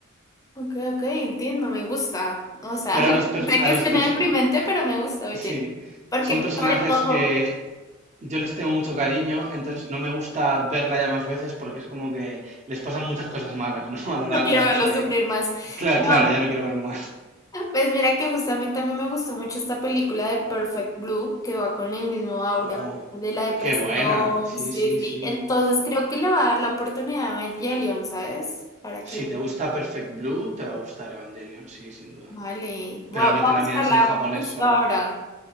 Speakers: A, on the left; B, on the right.
A: Ok, ok, entiendo, me gusta. O sea,
B: pero
A: <laughs>
B: a los, per-
A: sé
B: a
A: que
B: los
A: suena
B: perso-
A: deprimente, pero me gusta, oye.
B: sí,
A: Porque
B: son personajes
A: sobre todo
B: que yo les tengo mucho cariño, entonces no me gusta verla ya más veces porque es como que les pasan muchas cosas malas, ¿no? <laughs> A lo largo
A: no quiero
B: de la
A: verlos
B: serie.
A: sufrir más.
B: Claro,
A: No,
B: claro, ya no quiero verlo más.
A: pues mira que justamente a mí me gustó mucho esta película de Perfect Blue, que va con el mismo aura
B: Oh,
A: de la depresión,
B: qué buena. Sí,
A: sí,
B: sí,
A: sí.
B: sí.
A: Entonces
B: Po-
A: creo que le va a dar la oportunidad a Evangelion, ¿sabes? Para que
B: Si
A: lo...
B: te gusta Perfect Blue, te va a gustar Evangelion, sí, sin duda.
A: Vale, voy
B: Pero
A: a, voy
B: no
A: a
B: te
A: buscarla
B: la mires en japonés
A: justo
B: solo.
A: ahora.